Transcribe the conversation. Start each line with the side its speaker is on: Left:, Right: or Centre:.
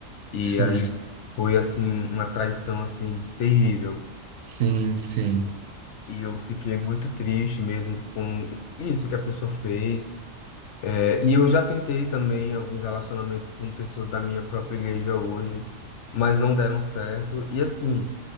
Left: E
Right: Sim,
Left: aí foi, assim, uma traição, assim, terrível.
Right: sim, sim,
Left: E eu fiquei muito triste mesmo com isso que a pessoa fez. É, E eu já tentei também alguns relacionamentos com pessoas da minha própria igreja hoje, mas não deram certo. E assim,